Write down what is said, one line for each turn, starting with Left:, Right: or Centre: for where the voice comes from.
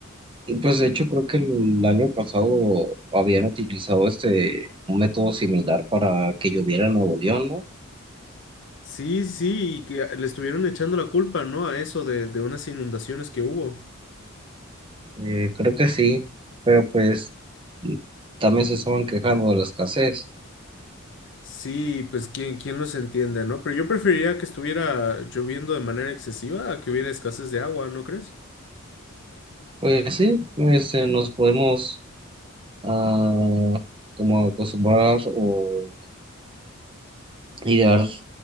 Right: Y, Pues de hecho creo que el año pasado habían utilizado este un método similar para que lloviera en Nuevo León, ¿no?
Left: Sí, sí, y que le estuvieron echando la culpa, ¿no? A eso de, de unas inundaciones que hubo.
Right: Eh, creo que sí, pero pues mm, también se estaban quejando de la escasez.
Left: Sí, pues quién, quién los entiende, ¿no? Pero yo preferiría que estuviera lloviendo de manera excesiva a que hubiera escasez de agua, ¿no crees?
Right: Pues sí, pues eh, nos podemos ah, como acostumbrar o idear